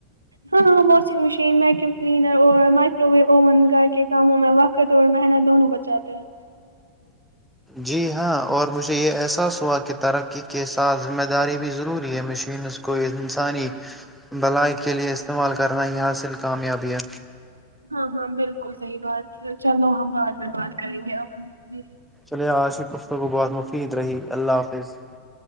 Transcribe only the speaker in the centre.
جی ہاں اور مجھے یہ احساس ہوا کہ ترقی کے ساتھ ذمہ داری بھی ضروری ہے مشینس کو انسانی بھلائی کے لئے استعمال کرنا یہ حاصل کامیابی ہے
چلئیے آج گفتگو بہت مفید رہی اللہ حافظ